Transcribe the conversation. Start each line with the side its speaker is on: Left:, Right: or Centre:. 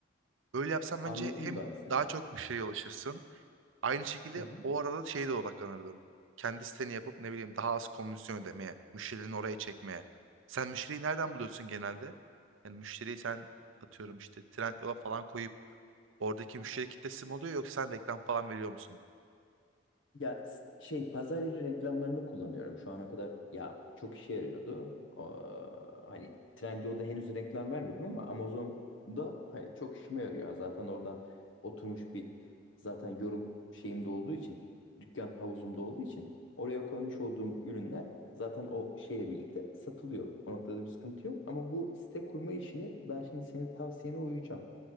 Right: Böyle yapsan bence
Left: Anladım
Right: hem
Left: ben seni.
Right: daha çok müşteriye ulaşırsın. Aynı şekilde
Left: Hı hı.
Right: o arada şeye de odaklanırdın. Kendi siteni yapıp ne bileyim daha az komisyon ödemeye, müşterilerini oraya çekmeye. Sen müşteriyi nereden buluyorsun genelde? Yani müşteriyi sen atıyorum işte Trendyol'a falan koyup oradaki müşteri kitlesi mi oluyor yoksa sen reklam falan veriyor musun?
Left: Ya s- şey pazar yeri reklamlarını kullanıyorum. Şu ana kadar ya çok işe yarıyordu. Ee, hani Trendyol'da henüz reklam vermedim ama Amazon'da hani çok işime yarıyor. Zaten oradan oturmuş bir zaten yorum şeyimde olduğu için dükkan havuzumda olduğu için oraya koymuş olduğum ürünler zaten o şeyle birlikte satılıyor. O noktada bir sıkıntı yok. Ama bu site kurma işini ben şimdi senin tavsiyene uyacağım